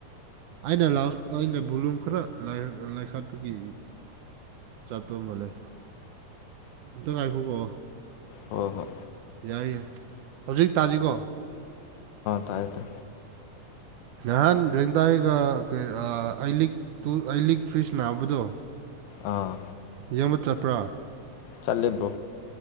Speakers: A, on the right; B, on the left.
A: ꯑꯩꯅ ꯂꯥꯎ ꯑꯩꯅ ꯕꯕꯨꯂꯨꯝ ꯈꯔ ꯂꯩꯥꯏꯈꯥꯄꯒꯤ ꯆꯠꯄꯝꯕꯂꯦ ꯏꯇꯪ ꯉꯥꯏꯈꯣ ꯀꯣ
B: ꯍ ꯍꯣ
A: ꯌꯥꯔ ꯌꯥꯏ ꯍꯧꯖꯤꯛ ꯇꯥꯗꯤꯀꯣ
B: ꯇꯥꯏꯇꯥ
A: ꯅꯍꯥꯟ ꯔꯦꯡꯗꯥꯥꯏꯒ ꯀ ꯑꯩ ꯂꯤꯛꯇ ꯇꯨ ꯑꯩ ꯂꯤꯛ ꯐ꯭ꯔꯤꯖ ꯅꯥꯕꯗꯣ
B: ꯑꯥ
A: ꯌꯡꯕ ꯆꯠꯄ꯭ꯔꯥ
B: ꯆꯂꯦꯕ꯭ꯔꯣ